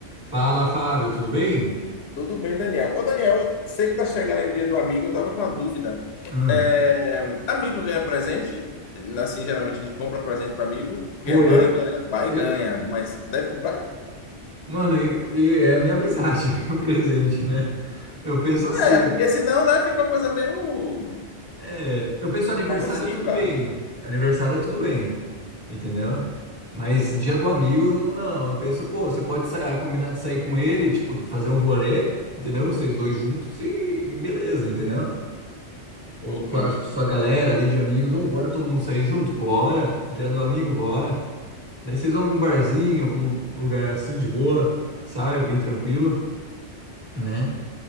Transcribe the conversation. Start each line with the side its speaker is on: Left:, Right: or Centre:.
Right: Fala, Fábio, tudo bem?
Left: Tudo bem, Daniel. Ô, Daniel, eu sei que tá chegando aí o dia do amigo, eu tava com uma dúvida.
Right: Hum.
Left: É, Amigo ganha presente? Assim, geralmente a gente compra presente para amigo, porque
Right: Pô,
Left: mãe
Right: eu,
Left: ganha, pai
Right: eu,
Left: ganha, mas deve comprar?
Right: mano, e- e é a minha amizade, <laughs> o presente, né? Eu penso assim,
Left: É, porque senão, né, fica uma coisa meio
Right: é, eu penso aniversário
Left: abusiva.
Right: tudo bem, aniversário tudo bem, entendeu? Mas dia do amigo, não, eu penso, pô, você pode sa- eh, combinar de sair com ele, tipo, fazer um rolê, entendeu? Vocês dois juntos e, e beleza, entendeu? Ou
Left: Ok,
Right: com a sua
Left: ok.
Right: galera ali de amigos, ou bora todo mundo sair junto, bora, dia do amigo, bora. Daí vocês vão a algum barzinho, algum lugar assim de boa, sabe? Bem tranquilo, né?